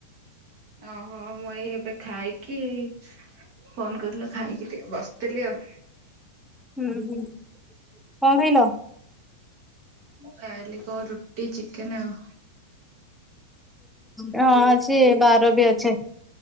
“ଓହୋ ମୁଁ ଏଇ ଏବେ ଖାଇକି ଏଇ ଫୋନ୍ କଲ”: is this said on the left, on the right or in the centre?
Right